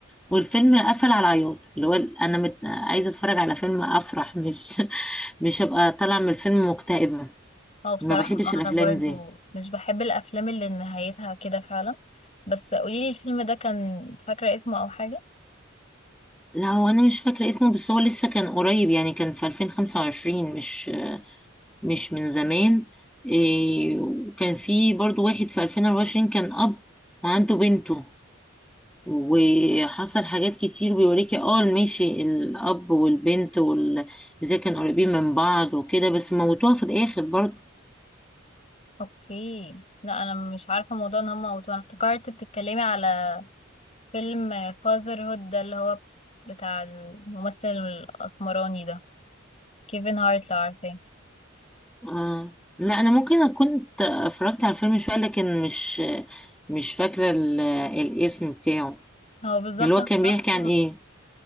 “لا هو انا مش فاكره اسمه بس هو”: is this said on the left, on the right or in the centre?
Centre